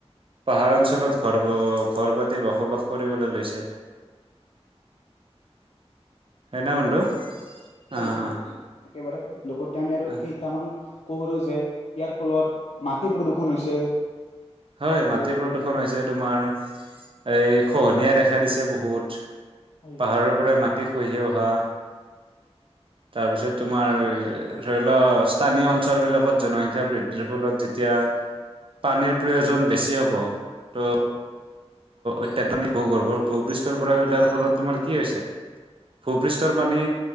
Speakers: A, on the right (about 55°); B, on the left (about 75°).
A: পাহাৰ অঞ্চলত ঘৰ-ঘৰ পাতি বসবাস কৰিবলৈ লৈছে। হয়নে
B: হয়
A: বন্ধু?
B: হয়
A: অ,
B: হয়
A: অ।
B: একেবাৰে হয়। লগতে আমি আৰু
A: অ
B: কেইটামান ক'ব পাৰো যে ইয়াৰ ফলত মাটি প্ৰদূষণ হৈছে।
A: হয়, মাটি
B: যে
A: প্ৰদূষণ হৈছে তোমাৰ এই খহনীয়াই দেখা দিছে বহুত
B: হয়
A: পাহাৰৰ পৰা মা খহি অহা তাৰ পিছত
B: হয়
A: তোমাৰ ধৰি লও স্থানীয় অঞ্চল বিলাকত জন সংখ্যা বৃদ্ধিৰ ফলত যেতিয়া পানীৰ প্ৰয়োজন বেছি হ'ব ত' অত্যাধুনিক ভূগৰ্ভ ভূপৃষ্ঠৰ পৰা উলাৰ ফলত তোমাৰ কি হৈছে ভূপৃষ্ঠৰ পানী